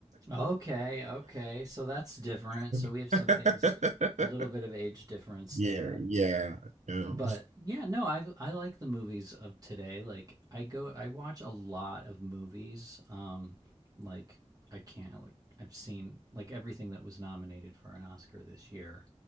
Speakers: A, on the right (about 30°); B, on the right (about 85°).
A: okay okay so that's different
B: <laughs>
A: so we have some
B: <laughs>
A: things a little bit of age difference
B: Yeah,
A: there
B: yeah, yeah,
A: but yeah, no, I I like the movies of today. Like I go, I watch a lot of movies. Um, like I can't like I've seen like everything that was nominated for an Oscar this year.